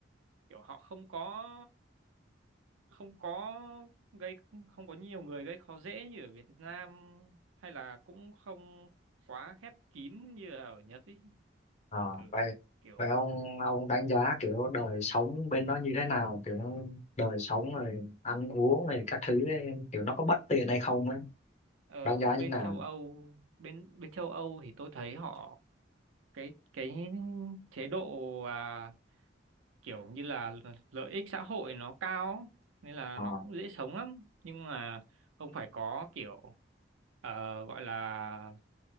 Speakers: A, on the right; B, on the left.
A: kiểu họ không có không có gây không có nhiều người gây khó dễ như ở Việt Nam hay là cũng không quá khép kín như là ở Nhật ấy
B: ờ.
A: ừ
B: vậy
A: kiểu
B: vậy ông ông đánh giá kiểu đời sống bên đó như thế nào kiểu đời sống rồi ăn uống rồi các thứ ấy, kiểu nó có bất tiện hay không ấy
A: ờ,
B: đánh
A: bên
B: giá như nào
A: châu Âu bên bên châu Âu thì tôi thấy họ cái cái chế độ à, kiểu như là lợi ích xã hội nó cao nên là
B: Ờ,
A: nó cũng dễ sống lắm nhưng mà ông phải có kiểu ờ, gọi là